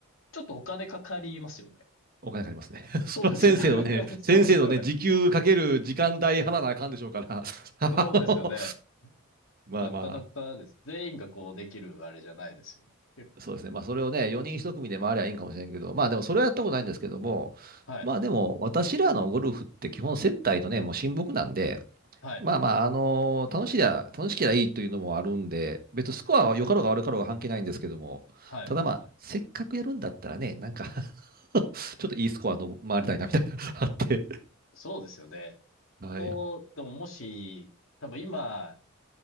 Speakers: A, on the left; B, on the right.
A: ちょっとお金かかりますよね。
B: お金かかりますね。<laughs> それは先生のね、
A: そうですよね。<laughs> そうですよね。
B: 先生のね、時給かける時間代払わなあかんでしょうから。<laughs> あの
A: そうですよね。
B: まあま
A: なかなかです。全員がこうできるあれじゃないですよね。結構。
B: そうですね。まあ、それをね、4人一組で回りゃいいんかもしれんけど、まあ、でもそれはやったことないんですけども、
A: はい。
B: まあ、でも、私らのゴルフって基本接待とね、もう親睦なんで、
A: はい。
B: まあまあ、あの楽しいや楽しきゃいいというのもあるんで、別にスコアは良かろうが悪かろうが関係ないんですけども、
A: はい。
B: ただまあ、せっかくやるんだったらね、なんか <laughs> ちょっといいスコアの回りたいなみたいな、あって。
A: そうですよね。
B: はい。
A: そこ、でももし、多分今、